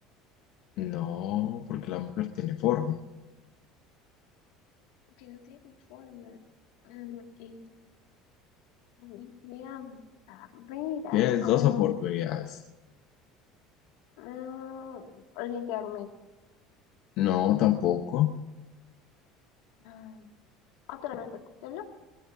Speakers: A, on the left; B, on the left.
A: No, porque la mujer tiene forma.
B: Que no tiene forma. Mm, y, y crean carreras.
A: Tienes
B: Mm,
A: dos oportunidades.
B: mm, el internet.
A: No, tampoco.
B: Ah, Otra vez, recútelo.